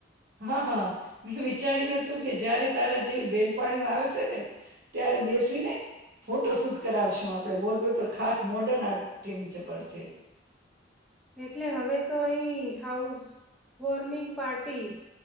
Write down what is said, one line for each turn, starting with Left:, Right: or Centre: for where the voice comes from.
Right: હા હા. મેં વિચાર્યું હતું કે જયારે તારા જેવી બેન પાણીઓ આવેશે ને ત્યારે બેસીને ફોટો શૂટ કરાવશું આપણે વોલપેપર ખાસ મોડર્ન આર્ટ થીમ ચપડ છે.
Centre: એટલે હવે તો અહી હાઉસ વોર્મિંગ પાર્ટી